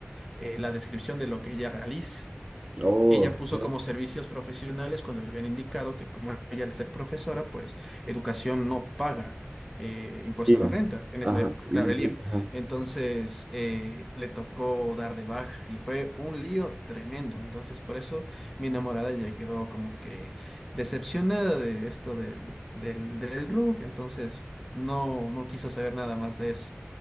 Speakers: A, in the centre; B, on the right (about 25°).
A: eh, la descripción de lo que ella realiza.
B: Oh,
A: Ella puso
B: ya.
A: como servicios profesionales cuando le habían indicado que como ella al ser profesora, pues educación no paga eh, impuesto
B: Iba.
A: a la renta en
B: Ajá.
A: esa época,
B: y-
A: claro, el IF.
B: ajá.
A: Entonces eh, le tocó dar de baja y fue un lío tremendo. Entonces por eso mi enamorada ya quedó como que decepcionada de esto del, del, del RUC. Entonces no, no quiso saber nada más de eso.